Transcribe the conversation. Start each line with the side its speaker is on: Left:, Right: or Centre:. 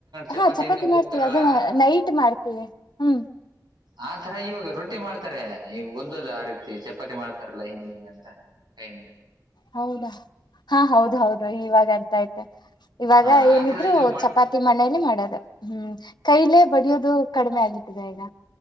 Right: ಚಪಾತಿಯಿಂದ
Left: ಹಾ ಚಪಾತಿ
Right: ಹ್ತಾರಲ್ಲ
Left: ಮಾಡ್ತೀವಿ ಅದನ್ನ ನೈಟ್ ಮಾಡ್ತೀವಿ ಹ್ಮ್
Right: ಆ ತರ ಇವಾಗ ರೊಟ್ಟಿ ಮಾಡ್ತಾರೆ ಈ ಒದ್ದದು ಆ ರೀತಿ ಚಪ್ಪ ಚಪಾತಿ ಮಾಡ್ತಾರಲ್ಲಾ ಹಿಂ ಹಿಂ ಅಂತ ಕೈಯಿಂದ
Left: ಹೌದಾ ಹಾ ಹೌದ ಹೌದು ಇವಾಗ ಆಯ್ತ ಇವಾಗ
Right: ಹಾ ಆ
Left: ಏನಿದ್ರು
Right: ತರ ಇವಾಗ
Left: ಚಪಾತಿ ಮಣೇಲಿ
Right: ಮಾಡ್ತಾರೆ
Left: ಮಾಡೋದು
Right: ಜಾಸ್ತಿ
Left: ಹ್ಮ್ ಕೈಲೆ ಬಡಿಯೋದು ಕಡಿಮೆ ಆಗಿಟ್ಟಿದೆ ಈಗ